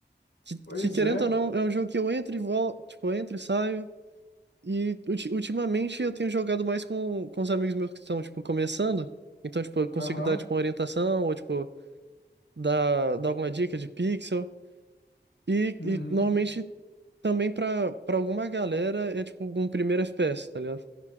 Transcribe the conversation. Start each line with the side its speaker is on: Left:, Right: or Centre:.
Right: Que,
Left: Pois
Right: que querendo
Left: é.
Right: ou não, é um jogo que eu entro e volto, tipo, eu entro e saio. E ulti- ultimamente eu tenho jogado mais com, com os amigos meus que estão, tipo, começando. Então, tipo, eu consigo
Left: Aham.
Right: dar, tipo, uma orientação ou, tipo, dar, dar alguma dica de pixel. E,
Left: Uhum.
Right: e normalmente também pra, pra alguma galera é, tipo, um primeiro FPS, tá ligado?